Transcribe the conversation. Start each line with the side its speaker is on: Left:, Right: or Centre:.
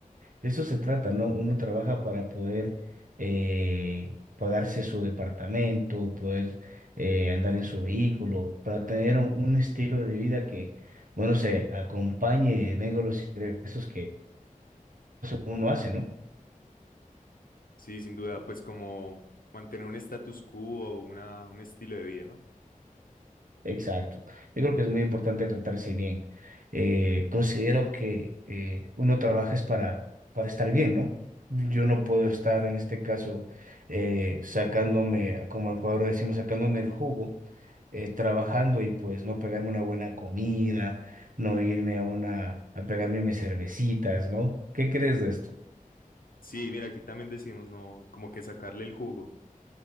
Right: De eso se trata, ¿no? Uno trabaja para poder eh, pagarse su departamento, poder eh, andar en su vehículo, para tener un, un estilo de vida que, bueno, se acompañe y venga los ingresos que uno hace, ¿no?
Left: Sí, sin duda, pues como mantener un status quo o una, un estilo de vida, ¿no?
Right: Exacto. Yo creo que es muy importante tratarse bien. Eh, considero que eh, uno trabaja es para, para estar bien, ¿no? Yo no puedo estar en este caso eh, sacándome, como en Ecuador decimos, sacándome el jugo, eh, trabajando y pues no pegarme una buena comida, no irme a una, a pegarme mis cervecitas, ¿no? ¿Qué crees de esto?
Left: Sí, mira, aquí también decimos, no, como que sacarle el jugo